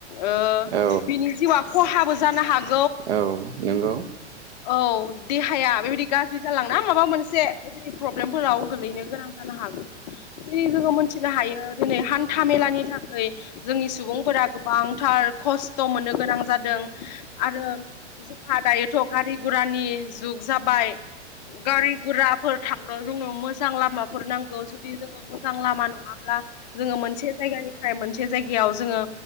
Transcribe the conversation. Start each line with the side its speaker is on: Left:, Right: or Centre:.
Left: ओ
Right: औ
Left: बिनि जिउआ खहाबो जानो हागो
Right: औ नंगौ।
Left: औ देहाया बेबायदि गाज्रि जालांना माबा मोनसे बेबायदि प्रब्लेमफोराव गोलैनो गोनां जानो हाग हागौ दिनै जोङो मोनथिनो हायो दिनै हान्था मेलानि थाखाय बि जोंनि सुबुंफोरा गोबांथार खस्थ' मोननो गोनां जादों आरो जोंहा दायोथ' गारि गुरानि जुग जाबाय। गारि गुराफोर थांनो जोंनो मोजां लामाफोर नांगौ जुदि जोङो मोजां लामा नङाब्ला जोङो मोनसे जायगानिफ्राय मोनसे जायगायाव जोङो